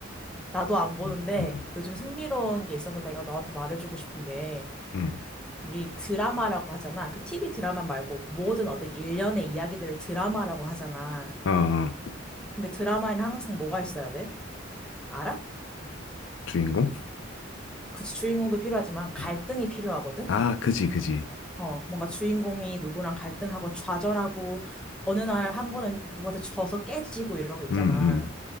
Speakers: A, in the centre; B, on the left.
A: 나도 안 보는데
B: 음. 음.
A: 요즘 흥미로운 게 있어서 내가 너한테 말해주고 싶은 게
B: 음.
A: 우리 드라마라고 하잖아. 그 TV 드라마 말고 모든 어떤 일련의 이야기들을 드라마라고 하잖아.
B: 아, 아.
A: 근데 드라마에는 항상 뭐가 있어야 돼? 알아?
B: 주인공?
A: 그치, 주인공도 필요하지만 갈등이
B: 음.
A: 필요하거든?
B: 아, 그지, 그지.
A: 어, 뭔가 주인공이 누구랑 갈등하고 좌절하고 어느 날 한 번은 누구한테 져서 깨지고 이런 거 있잖아.
B: 음, 음.